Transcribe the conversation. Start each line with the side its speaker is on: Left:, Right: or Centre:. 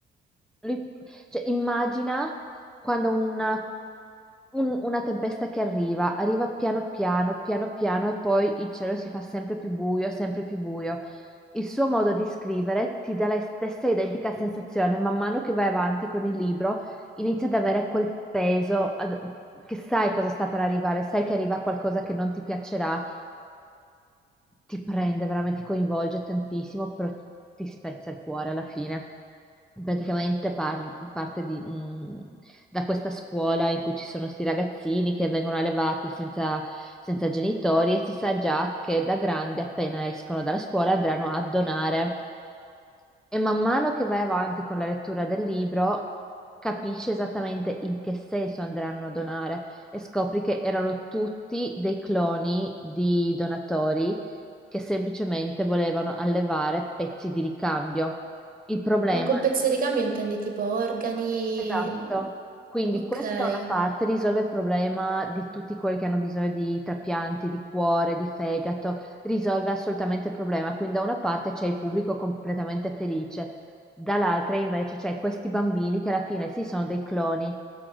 Centre: Lui- cioè, immagina quando una, un- una tempesta che arriva, arriva piano piano, piano piano e poi il cielo si fa sempre più buio, sempre più buio. Il suo modo di scrivere ti dà la stessa identica sensazione, man mano che vai avanti con il libro inizia ad avere quel peso, ad- che sai cosa sta per arrivare, sai che arriva qualcosa che non ti piacerà ti prende, veramente ti coinvolge tantissimo, però ti spezza il cuore alla fine. Praticamente par- parte di- mh, da questa scuola in cui ci sono questi ragazzini che vengono allevati senza, senza genitori e si sa già che da grandi, appena escono dalla scuola, andranno a donare. E man mano che vai avanti con la lettura del libro, capisci esattamente in che senso andranno a donare e scopri che erano tutti dei cloni di donatori che semplicemente volevano allevare pezzi di ricambio. Il problema
Right: Ma con pezzi di ricambio intendi tipo organi...
Centre: Esatto, quindi
Right: Ok.
Centre: questo da una parte risolve il problema di tutti quelli che hanno bisogno di trapianti, di cuore, di fegato, risolve assolutamente il problema. Quindi da una parte c'è il pubblico completamente felice, dall'altra invece c'è questi bambini che alla fine sì sono dei cloni,